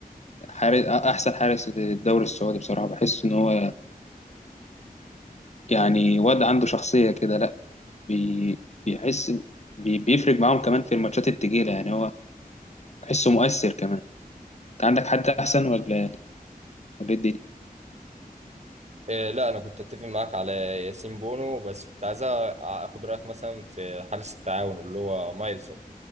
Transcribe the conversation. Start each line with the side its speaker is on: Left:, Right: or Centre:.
Left: حارس أحسن حارس في الدوري السعودي بصراحة بحس إن هو يعني واد عنده شخصية كده لأ بي بيحس بي بيفرق معاهم كمان في الماتشات التقيلة يعني هو بحسه مؤثر كمان أنت عندك حد أحسن ولا ولا إيه الدنيا؟
Right: آه، لا انا كنت اتفق معاك على ياسين بونو بس كنت عايز أ- اخد رأيك مثلا في حارس التعاون اللي هو مايلسون